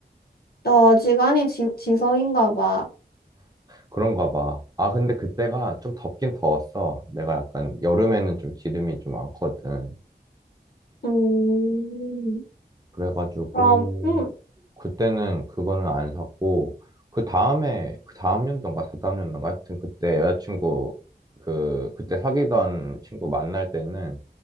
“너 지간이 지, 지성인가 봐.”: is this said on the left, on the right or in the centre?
Left